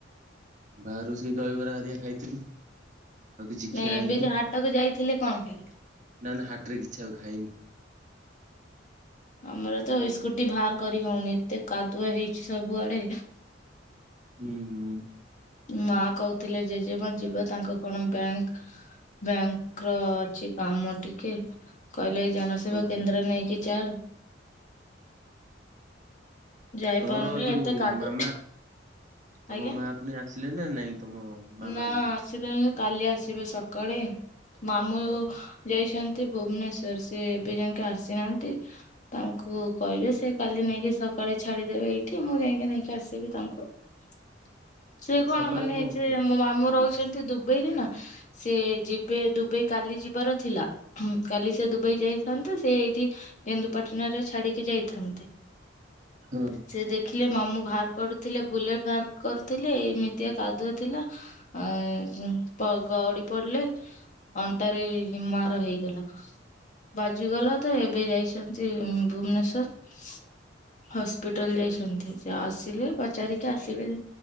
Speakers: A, on the right; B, on the left.
A: ବାହାରୁ ସେଇ ଦହିବରା ହାରିକା ଖାଇଥିଲି। ଆଉ କିଛି ଖିଆ
B: ନାଁ
A: ହେଇନି
B: ଏବେ ଯୋଉ ହାଟକୁ ଯାଇଥିଲେ କଣ ଖାଇଲେ?
A: ନା, ନା ହାଟରେ କିଛି ଆଉ ଖାଇନି।
B: ଆମର ତ ଇସ୍କୁଟି ବାହାର କରି ହଉନି ଏତେ କାଦୁଅ ହେଇଛି ସବୁଆଡେ।
A: ହୁଁହୁଁ।
B: ମା କହୁଥିଲେ ଜେଜେମା ଯିବେ ତାଙ୍କ କଣ ବ୍ୟାଙ୍କ ବ୍ୟାଙ୍କ ର ଅଛି କାମ ଟିକେ କହିଲେ ଏଇ ଜନସେବା
A: ଓହୋ
B: କେନ୍ଦ୍ରରେ ନେଇକି ଚାଲ୍। ଯାଇପାରୁନି
A: ତମର ଯୋଉ
B: ଏତେ କାଦୁ
A: ମାମା ତମ
B: ଆଜ୍ଞା
A: ମା। ପୁଣି ଆସିଲେ ନା ନାଇଁ ତମ ମାମା
B: ନା
A: ଯିଏ?
B: ଆସିଲଣିି କାଲି ଆସିବେ ସକାଳେ। ମାମୁଁ ଯାଇଛନ୍ତି ଭୁବନେଶ୍ୱର ସେ ଏବେ ଯାଇକି ଆସିନାହାନ୍ତି ତାଙ୍କୁ କହିବେ ସେ କାଲି ନେଇକି ସକାଳେ ଛାଡିଦେବେ ଏଇଠି ମୁଁ ଯାଇକି ନେଇକି ଆସିବି ତାଙ୍କୁ। <inaudible> ସେ
A: ଆଉ
B: କଣ
A: ସକାଳେ
B: ମାନେ ଯେ
A: ଖାଇ
B: ମୋ ମାମୁଁ
A: ହଁ
B: ରହୁଛନ୍ତି ଦୁବେଇ ରେ ନା ସେ ଯିଵ୍ ଦୁବେଇ କାଲି ଯିବାର ଥିଲା କାଲି ସେ ଦୁବେଇ ଯାଇଥାନ୍ତେ ସେ ଏଇଠି କେନ୍ଦୁ ପାଟଣା ରେ ଛାଡିକି ଯାଇଥାନ୍ତି।
A: ହଁ।
B: ସେ ଦେଖିଲେ ମାମୁ ବାହାର କରୁଥିଲେ ବୁଲେଟ ବାହାର କରୁଥିଲେ ଏମିତିଆ କାଦୁଅ ଥିଲା ଆ ଗ ଗଉଡି ପଡିଲେ ଅଣ୍ଟାରେ ମାର ହେଇଗଲା। ବାଜିଗଲା ତ ଏବେ ଯାଇଛନ୍ତି ଭୁବନେଶ୍ଵର ହସ୍ପିଟାଲ ଯାଇଛନ୍ତି ସେ ଆସିଲେ ପଚାରିକି ଆସିବେ